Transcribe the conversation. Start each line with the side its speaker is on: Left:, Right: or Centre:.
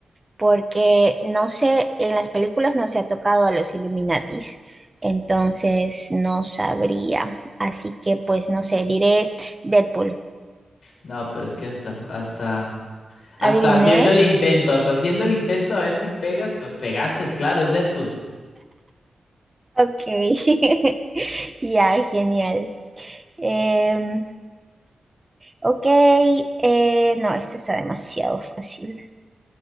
Right: porque no sé, en las películas no se ha tocado a los Illuminatis, entonces no sabría. Así que pues no sé, diré Deadpool.
Left: No, pero es que hasta, hasta, hasta
Right: ¿Adiviné?
Left: haciendo el intento, hasta haciendo el intento a ver si pegas, pues pegaste, claro, es Deadpool.
Right: Ok, <laughs> ya, genial. Em, Ok, eh, no, esta está demasiado fácil.